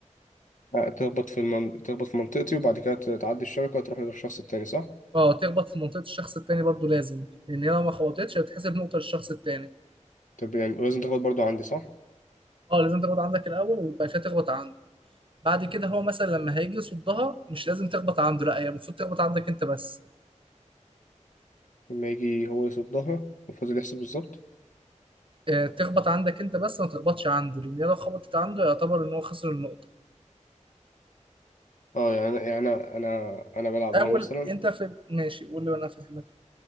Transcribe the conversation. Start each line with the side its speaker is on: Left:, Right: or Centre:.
Left: آه، تخبط في المن... تخبط في منطقتي وبعد كده تعدي الشبكه وتروح للشخص التاني صح
Right: اه تخبط في منطقه الشخص التاني برضو لازم لان هي لو ما خبطتش هتحسب نقطه للشخص التاني
Left: طب يعني ولازم تخبط برضو عندي صح
Right: اه لازم تخبط عندك الاول وبعد كده تخبط عنده بعد كده هو مثلا لما هيجي يصدها مش لازم تخبط عنده لا هي المفروض تخبط عندك انت بس
Left: لما يجي هو يصدها وفضل يحسب بالظبط
Right: آه، تخبط عندك انت بس ما تخبطش عنده لان هي لو خبطت عنده يعتبر ان هو خسر النقطه
Left: اه يعني يعني انا انا انا بلعب
Right: اول
Left: اهو مثلا
Right: انت في ماشي قول لي وانا فاهمك